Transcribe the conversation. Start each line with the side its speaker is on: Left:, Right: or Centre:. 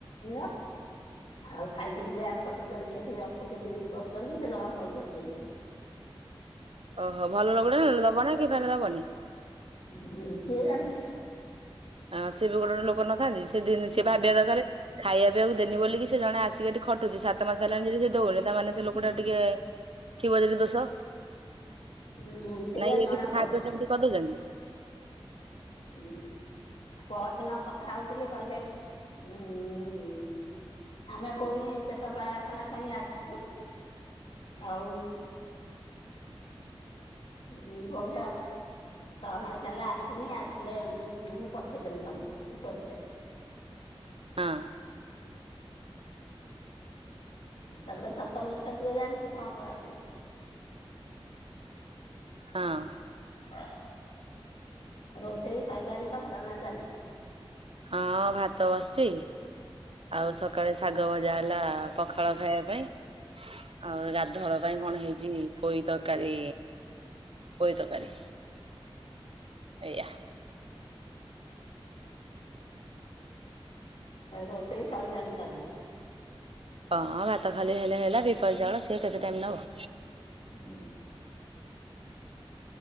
Left: ଆ ଆଉ ଖାଇକିରି ଯାହା ଖଟୁଛନ୍ତି ସେଠି ଅଛନ୍ତି ଡଉଟି କରୁଛନ୍ତି ସେ ଜ ପଇସା ଦେଇନି।
Right: ଓହୋ ଭଲ ଲୋକଟା ଦବ ନା କି ଫେରେ ଦବନି?
Left: ଉଁ କିଏ ଜାଣିଚି?
Right: ହଁ ସିଏ ବି ଗୋଟେ ଲୋକ ନଥାନ୍ତି ସେିନ ସେି
Left: ହଁ
Right: ଭାବିବା ଦରକାର ଖାଇବା ପିବାକୁ ଦେବେନି ବୋଲିକି ସେ ଜଣ ଆସିକି ଏଠି ଖଟୁଛି ସାତ ମାସ ହେଲାଣି ଯଦି ସେ ଦବୁ ପିଲା ମାନେ ସେ ଲୋକଟା
Left: ଉଁ,
Right: ଟିକେ ଥିବ ଯଦି ଦୋଷ।
Left: ଉଁ, ସେଇଆ
Right: ନାଇଁ ଇଏ
Left: ଜଣା
Right: କିଛି
Left: ପଡୁଛି।
Right: ଖାଇବା ପିଇ ସେମିତି କରିଦଉଚନ୍ତି।
Left: ହୁଁ। ପରଦିନ କଥା ହଉଥିଲି କହିଲେ ଉଁ ଆମେ ଭଉଣୀ ପେଟ ପାଟଣା ପାଇଁ ଆସିଛୁ ଆଉ ହୁଁ ହ ପଇସା ଛଅ ମାସ ହେଲା ଆସିନି ଆସିଲେ ମୁଁ ପଠେଇଦମି ତମ କତିକି ଫୋନପେରେ।
Right: ହଁ।
Left: ତାପରଟା ସତ ମିଛ କିଏ ଜାଣିଚି କଣ କରି
Right: ହଁ।
Left: ଆ ରୋଷେଇ ସରିଲାଣି ତମର ନା ଚାଲିଚି।
Right: ହଁ ଭାତ ବସଚି। ଆଉ ସକାଳେ ଶାଗ ଭଜା ହେଲା ପଖାଳ ଖାଇବା ପାଇଁ। ଆଉ ଗାଧୁଆଳ ପାଇଁ କଣ ହେଇଛି ପୋଇ ତରକାରୀ ପୋଇତକାରୀ। ଏଇଆ।
Left: ରୋଷେଇ ସଇଲାଣିି ତାମାନେ।
Right: ହଁ ଭାତ ଖାଲି ହେଲେ ହେଲା ବିପା ଯଳ ସିଏ କେତେ ଟାଇମ ନବ।
Left: ହୁଁ।